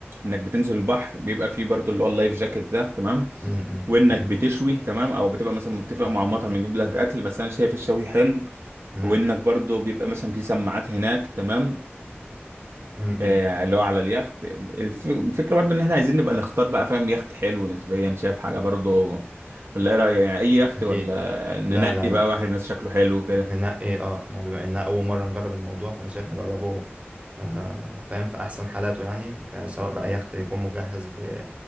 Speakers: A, on the right; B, on the right.
A: انك بتنزل البحر بيبقى فيه برضو اللي هو اللايف جاكيت ده تمام
B: م-
A: وانك بتشوي تمام او بتبقى مثلا متفق مع مطعم يجيب لك اكل بس انا شايف الشوي حلو
B: م-
A: وانك برضو بيبقى مثلا في سماعات هناك تمام
B: م- م-
A: آه، اللي هو على اليخت الف- الفكرة برضو ان احنا عايزين نبقى نختار بقى فاهم يخت حلو نسبيا شايف حاجة برضو ولا ايه رأيك يعني اي يخت
B: اكيد
A: ولا ننقي
B: لا لا
A: بقى
B: لا
A: واحد ناس شكله حلو كده
B: ننقي اه يعني بما اننا اول مره نجرب الموضوع فانا شايف نجربه آه فاهم في احسن حالاته يعني ك- سواء بقى يخت يكون مجهز ب